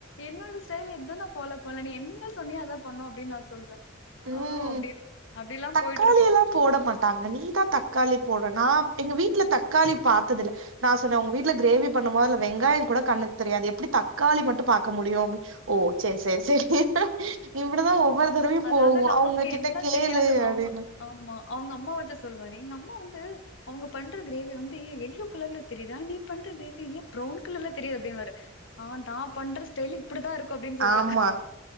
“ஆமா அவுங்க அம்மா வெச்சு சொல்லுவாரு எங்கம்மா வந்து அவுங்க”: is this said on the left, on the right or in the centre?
Left